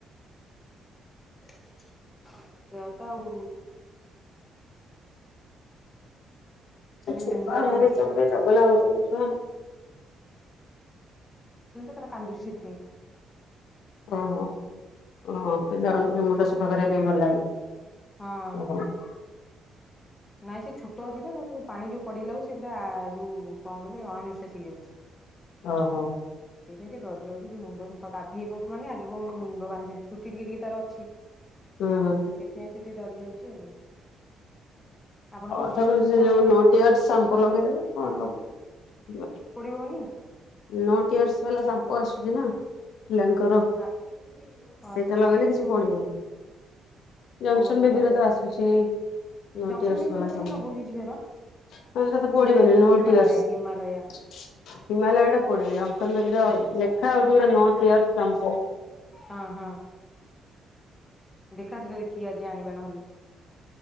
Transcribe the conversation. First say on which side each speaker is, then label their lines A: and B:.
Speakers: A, on the left; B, on the left.
A: ସେଇଆ ତ ଆଉ। କାଲି
B: ଛୁଆ
A: ଭେଣ୍ଡି ଆଳୁ
B: ଧାରିଛ
A: ଭାଜି
B: ଗୋଟେ ଗଲା ହଉଛନ୍ତି। ହ
A: ସେ କାନ୍ଦୁଛି ଖେ
B: ଓହୋ ଓ ପିଲାର ମୁଣ୍ଡ ସଫା କରିବା ପାଇଁ ଭଲ ଲାଗେ ନା
A: ହଁ
B: କଣ?
A: ନାଇଁ ସେ ଛୋଟ ଅଛି ତ ତାକୁ ପାଣି ଯୋଉ ପଡିଗଲା ସେ ପୁରା ଯୋଉ କଣ କହିଲେ ଅଣ ନିିଶ୍ୱାସି ହେଇଯାଉଛି। ସେଇ
B: ଓହୋ
A: ପାଇଁ ସେ ଡରି ଯାଉଛି ସେ ମୁଣ୍ଡ ଗାଧେଇବ ମାନେ ଆ ମୁଣ୍ଡ ବାନ୍ଧି ଚୁଟି ଟିକେ ଟିକେ ତାର ଅଛି।
B: ହୁଁ ହୁଁ।
A: <unintelligible> ଡରି ଯାଉଛି ଆଉ। ଆପଣଙ୍କର
B: ହଁ
A: ଝିଅ
B: ଯୋଉ
A: ମାନେ ସବୁ କଣ କରୁଛନ୍ତି
B: ନୋ ଟିଅର୍ସ ସାମ୍ପୁ ଲଗେଇଦବେ କଣ ହବ।
A: ପଡ଼ିବନି।
B: ନୋ ଟିଅର୍ସ ବାଲା ସାମ୍ପୋ ଆସୁଛି ନା। ପିଲାଙ୍କର
A: ଆ-
B: ସେଇଟା
A: ଆଚ୍ଛା
B: ଲଗେଇଲେ
A: ମତେ
B: କିଛି ପଡିବନି ଜନ୍ସନ
A: ଓହୋ
B: ବେବି ର ତ ଆସୁଛିତ ନୋ
A: ଜଂସନ
B: ଟିଅର୍ସ
A: ବେବିରେ
B: ଵାଲା
A: ତ
B: ସମ୍ପୋ
A: ମୁଁ ଲଗଉଛି
B: ହ
A: ଝିଅର।
B: ହେରା ଟା ପୋଡି
A: ନାଇଁ
B: ବନି ନୋ
A: ହିମାଲୟା
B: ଟିଅର୍ସ।
A: ହିମାଲୟା
B: <unintelligible> ପଡ଼େନି ଜନ୍ସନ ବେବି ର ଲେଖା ହଉଛି ଗୋଟେ ନୋ ଟିଅର୍ସ ସମ୍ପୋ।
A: ହଁ ହଁ ଦେଖା ସେଟା ଦେଖ ଖିଆ ଆଜି ଆଣିବା ନହେଲେ।